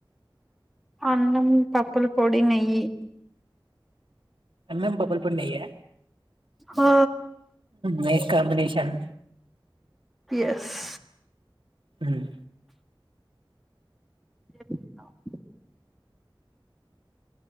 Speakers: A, in the centre; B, on the right.
A: అన్నం పప్పులు పొడి నెయ్యి
B: అన్నం పప్పుల పొడి నెయ్యి
A: ఆ
B: nice combination
A: yes
B: um.
A: <unintelligible>